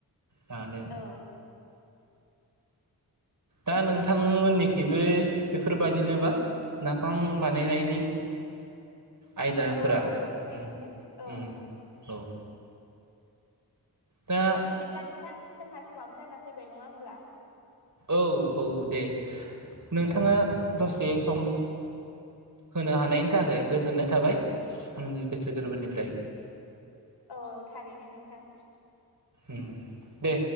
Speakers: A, on the right; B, on the left.
A: दानो।
B: औ
A: दा नोंथांमोननिखिबो बेफोरबादिनोबा नाफाम बानायनायनि आयदाफोरा
B: औ औ बेफोरबायदिनो
A: उम
B: औ।
A: उम औ। दा
B: दे बिदिब्ला नोंथां। जोंना समाबो जाना फैबाय नङा होमब्ला?
A: औ औ दे। नोंथाङा
B: औ
A: द से सम होनो हानायनि थाखाय गोजोननाय थाबाय आंनि गोसो गोरबोनिफ्राय।
B: औ थारैनो नोंथां
A: उम दे।